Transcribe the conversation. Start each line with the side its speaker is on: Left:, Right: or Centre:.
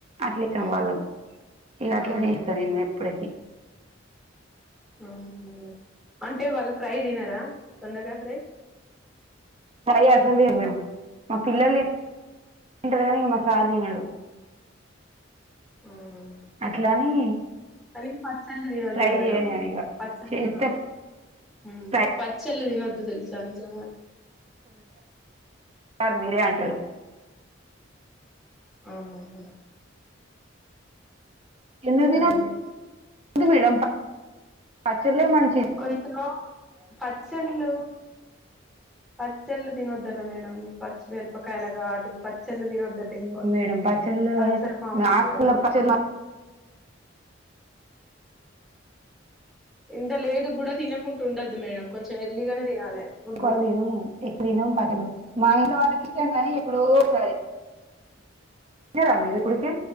Right: అట్లా ఇష్టాం
Centre: ఆ
Right: వాళ్ళకు ఇక అట్లనే
Centre: అవును
Right: ఇస్తాను నేను ఎప్పటికి
Centre: అవున అంటే వాళ్ళు ఫ్రై తినారా దొండకాయ ఫ్రై
Right: ఫ్రై అసలు దినరు మా పిల్లలు తింటారు కానీ ఇంగ మా సార్ తినడు
Centre: అవునా
Right: అట్లా అని
Centre: కానీ పచ్చల్లుతినద్దు
Right: ఫ్రై
Centre: మేడం
Right: చేయను నేను ఇక
Centre: పచ్చలా
Right: చేస్తే
Centre: హ్మ్
Right: ఫ్రై
Centre: పచ్చల్ దినద్దు తెల్సా నిజాంగా
Right: సార్ మీరే అంటారు
Centre: అవునవును మేడమ్
Right: ఎందుకుదినదు
Centre: అండి
Right: మేడం పచ్చలే మంచి
Centre: కొంచం పచ్చళ్ళు పచ్చళ్ళు తినొద్దట మేడం పచ్చిమిరపకాయల గాటు పచ్చళ్ళు తిన ద్దు అట
Right: ఎందుకు
Centre: ఎక్కువ
Right: మేడం పచ్చళ్ళు
Centre: అల్సర్ ఫామ్ అయితదట
Right: ఆకుకూర పచ్చళ్ళు
Centre: ఇంత లేదు కూడా తినకుండా ఉండదు మేడం కొంచెం ఎర్లీగానే తినాలె ఫుడ్డు
Right: ఎక్కువ తినము ఎక్కువ తినం పటలు మా ఇంట్లో వాళ్ళకి ఇష్టం గానీ ఎప్పుడో ఒకసారి వెళ్ళారా మీరు ఉప్పుడుకే